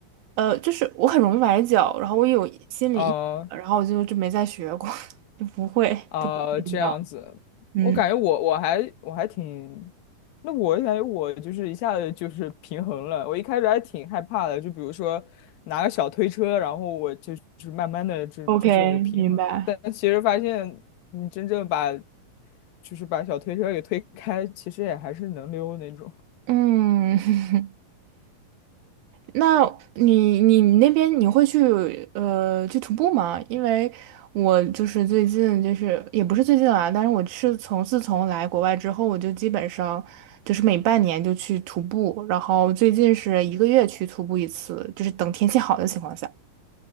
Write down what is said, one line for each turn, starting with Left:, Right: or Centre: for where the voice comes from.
Right: 呃，就是我很容易崴脚，然后我有心理阴影，
Left: 嗯
Right: 然后我就就没再学过，<laughs> 就不会，
Left: 啊、
Right: 就不会冰刀。
Left: 这样子，
Right: 嗯
Left: 我感觉我我还我还挺，那我感觉我就是一下子就是平衡了。我一开始还挺害怕的，就比如说拿个小推车，然后我就是慢慢的就就这种有平衡。
Right: ，OK，明白。
Left: 但其实发现你真正把就是把小推车给推开，其实也还是能溜那种。
Right: 嗯，<laughs> 那你你你那边你会去呃去徒步吗？因为我就是最近就是也不是最近啊，但是我是从自从来国外之后，我就基本上就是每半年就去徒步，然后最近是一个月去徒步一次，就是等天气好的情况下。